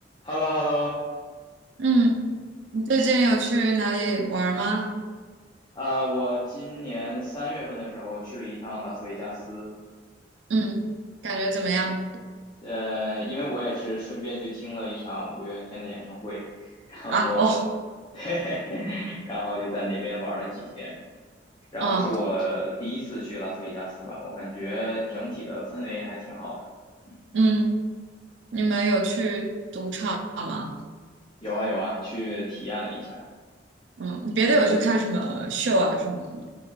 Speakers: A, on the left; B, on the right.
A: h e l l o h e l l o
B: 嗯，你最近有去哪里玩儿吗？
A: 呃，我今年三月份的时候去了一趟拉斯维加斯，
B: 嗯，感觉怎么样？
A: 呃，因为我也是顺便去听了一场五月天的演唱会，然后，
B: 啊，哦，
A: <laughs> 对，然后就在那边玩了几天，然后是我第一次去拉斯维加斯吧，
B: <laughs> 嗯
A: 我感觉整体的氛围还挺好的，嗯，
B: 嗯，你们有去赌场吗？
A: 有啊有啊，去体验了一下，
B: 嗯，你别的有去看什么秀啊什么的吗？